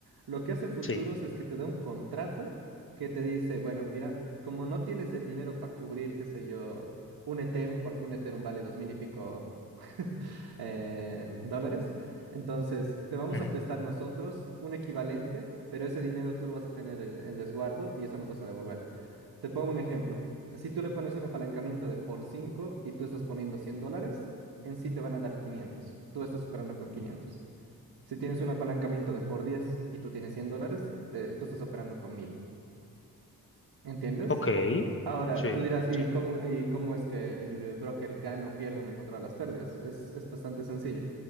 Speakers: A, on the right; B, on the left.
A: Lo que hace Futuros
B: Sí.
A: es que te da un contrato que te dice, bueno, mira, como no tienes el dinero para cubrir, qué sé yo, un Ethereum, porque un Ethereum vale dos mil y pico <laughs> eh, dólares, entonces te vamos
B: ujú.
A: a prestar nosotros un equivalente, pero ese dinero tú lo vas a tener en el resguardo y eso nos vas a devolver. Te pongo un ejemplo. Si tú le pones un apalancamiento de por 5 y tú estás poniendo 100 dólares, en sí te van a dar 500. Tú estás operando con 500. Si tienes un apalancamiento de por 10 y tú tienes 100 dólares, te- tú estás operando con 1000. ¿Entiendes?
B: Ok,
A: Ahora,
B: sí,
A: tú dirás, ¿y
B: sí.
A: cómo, y cómo es que el broker gana o pierde o me controla las pérdidas? Es, es bastante sencillo